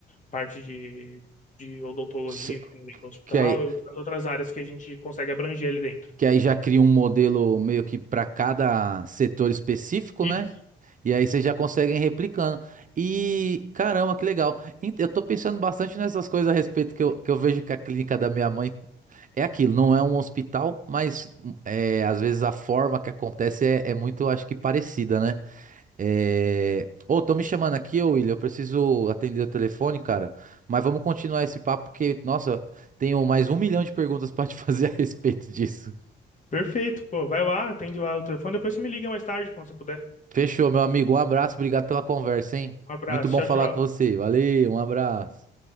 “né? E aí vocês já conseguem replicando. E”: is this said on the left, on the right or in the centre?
Right